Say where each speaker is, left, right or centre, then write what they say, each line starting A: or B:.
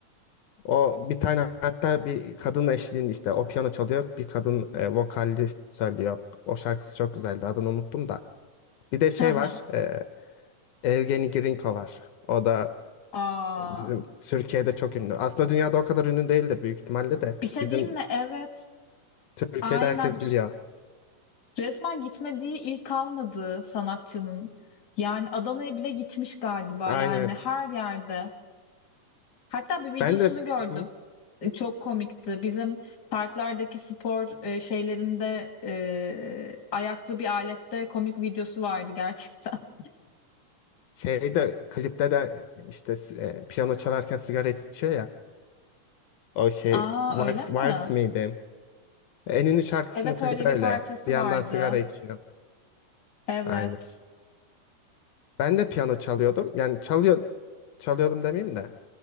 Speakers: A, on the left; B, on the left.
A: O bir tane hatta bir kadın eşliğinde işte o piyano çalıyor bir kadın e, vokalli söylüyor. O şarkısı çok güzeldi adını unuttum da. Bir de şey
B: Hı hı.
A: var e, Evgeni Grinko var. O da
B: Aa,
A: bizim Türkiye'de çok ünlü. Aslında dünyada o kadar ünlü değildir büyük ihtimalle de.
B: bir şey
A: Bizim
B: diyeyim mi? Evet.
A: Türkiye'de
B: Aynen.
A: herkes biliyor.
B: Resmen gitmediği il kalmadı sanatçının. Yani Adana'ya bile gitmiş galiba.
A: aynı
B: Yani her yerde. Hatta bir videosunu
A: Ben de
B: gördüm.
A: Hı?
B: E, Çok komikti. Bizim parklardaki spor e, şeylerinde e, ayaklı bir alette komik videosu vardı gerçekten.
A: şeyde klipte de işte e, piyano çalarken sigara içiyor ya. O
B: <laughs>
A: şey
B: Aa
A: Vals,
B: öyle mi?
A: Vals miydi? En ünlü şarkısının
B: Evet
A: klibi
B: öyle bir
A: öyle.
B: parçası
A: Bir yandan
B: vardı.
A: sigara içiyor.
B: Evet.
A: Aynen. Ben de piyano çalıyordum. Yani çalıyor, çalıyordum demeyeyim de.